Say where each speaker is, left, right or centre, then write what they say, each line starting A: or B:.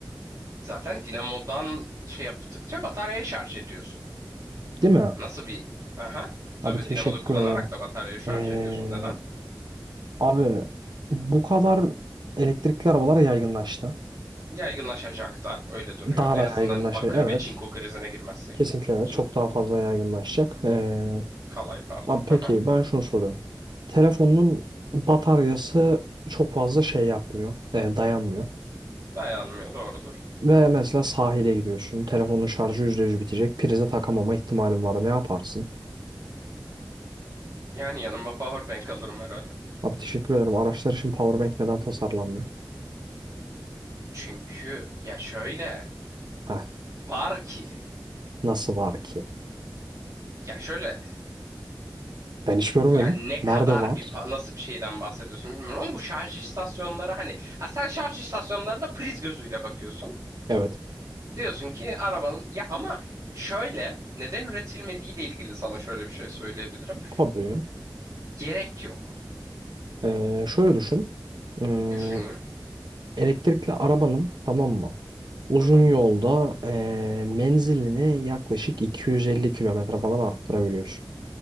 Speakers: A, on the right; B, on the right.
A: Zaten dinamodan şey yaptıkça bataryayı şarj ediyorsun.
B: Değil mi?
A: Nasıl bir... Aha. Tabii
B: Abi teşekkür
A: dinamoda kullanarak
B: ederim.
A: da bataryayı şarj
B: Ee,
A: ediyorsun. Neden?
B: abi bu kadar elektrikli arabalar yaygınlaştı.
A: Yaygınlaşacak da öyle duruyor.
B: Daha
A: En
B: da
A: azından
B: yaygınlaşır.
A: bakır
B: Evet.
A: ve çinko krizine girmezsek.
B: Kesinlikle evet.
A: Çin...
B: Çok daha fazla yaygınlaşacak. Ee,
A: Kalay pardon.
B: abi peki
A: Aha.
B: ben şunu soruyorum. Telefonun bataryası çok fazla şey yapmıyor. e, dayanmıyor.
A: Dayanmıyor doğrudur.
B: Ve mesela sahile gidiyorsun. Telefonun şarjı %100 bitecek. Prize takamama ihtimalin var. Ne yaparsın?
A: Yani yanıma powerbank alırım herhalde.
B: Abi teşekkür ederim. Araçlar için powerbank neden tasarlanmıyor?
A: Çünkü ya şöyle
B: Heh,
A: var ki
B: nasıl var ki?
A: ya şöyle
B: Ben hiç görmedim.
A: yani ne
B: Nerede
A: kadar
B: var?
A: bir pa- nasıl bir şeyden bahsediyorsun bilmiyorum ama bu şarj istasyonları hani ha sen şarj istasyonlarına priz gözüyle bakıyorsun.
B: Evet.
A: Diyorsun ki arabanın ya ama şöyle neden üretilmediği ile ilgili sana şöyle bir şey söyleyebilirim.
B: Tabii.
A: Gerek yok.
B: Ee, şöyle düşün. Hmm,
A: Düşüneyim.
B: elektrikli arabanın tamam mı? Uzun
A: Hı hı.
B: yolda ee, menzilini yaklaşık 250 kilometre falan arttırabiliyorsun.